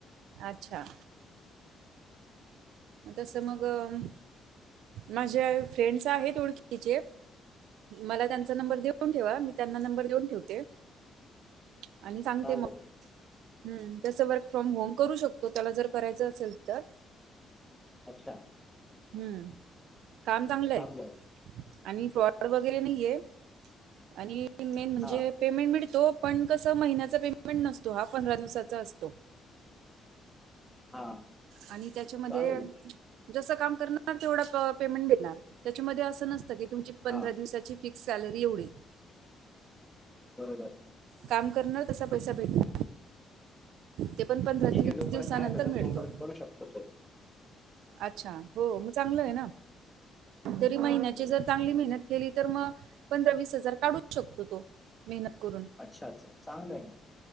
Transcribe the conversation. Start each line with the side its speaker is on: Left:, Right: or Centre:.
Right: अच्छा तसं मग अम माझ्या फ्रेंड्स आहेत ओळखीचे मला त्यांचा नंबर देऊन ठेवा मी त्यांना नंबर देऊन ठेवते आणि सांगते
Centre: चालेल
Right: मग. हम्म तसं वर्क फ्रॉम होम करू शकतो त्याला जर करायचं असेल तर.
Centre: अच्छा.
Right: हम्म काम चांगलंय
Centre: चांगलं
Right: आणि प्रो ड वगैरे नाही आहेे आणि मेन म्हणजे
Centre: हा
Right: पेमेंट मिळतो. पण कसं महिन्याचा पेमेंट नसतो हा पंधरा दिवसाचा असतो.
Centre: हा
Right: आणि त्याच्यामध्ये
Centre: चालेल
Right: जसं काम करणार तेवढा प पेमेंट देणार त्याच्यामध्ये असं नसतं की तुमची पंधरा
Centre: हा
Right: दिवसाची फिक् स सॅलरी एवढी.
Centre: बरोबर
Right: काम करणार तसा पैसा भेटणार. ते पण पंधरा ते
Centre: ठीक
Right: वीस
Centre: आहे जोपर्यंत
Right: दिवसानंतर
Centre: नाही भेटत
Right: मिळतो.
Centre: तोपर्यंत करू शकतो तो.
Right: अच्छा हो हो म चांगलं आहे ना तरी महिन्याची
Centre: हो.
Right: जर चांगली मेहन्यात केली तर म पंधरा वीस हजार काढू शकतो तो मेहनत करून.
Centre: अच्छा अच्छा चांगलंय म.